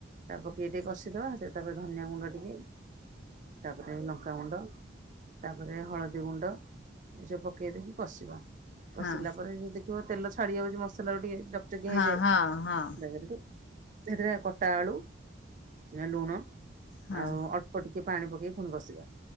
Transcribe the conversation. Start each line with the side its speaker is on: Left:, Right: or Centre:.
Right: ତା ପକେଇ ଟିକେ କଷିଦବା ତାପରେ ଧନିଆ ଗୁଣ୍ଡ ଟିକେ ତାପରେ ଲଙ୍କାାଗୁଣ୍ଡ ତାପରେ ହଳଦୀ ଗୁଣ୍ଡ ଏସବୁ ପକାଇ ଦେଇକି କଷିବା। କଷିଲା
Left: ହଁ
Right: ପରେ ଯଉ ଦେଖିବ ତେଲ ଛାଡି ଯାଉଛି ମସଲା ରୁ ଟିକେ ଯକଚକିଆ
Left: ହଁ
Right: ହେଇଯାଏ
Left: ହଁ
Right: ତାପରେ
Left: ହଁ
Right: ସେଠୁ ସେଥିରେ କଟା ଆଳୁ ଲୁଣ
Left: ହଁ
Right: ଆଉ ଅଳ ଅଳ୍ପ ଟିକେ ପାଣି ପକେଇ ପୁଣି କସିବା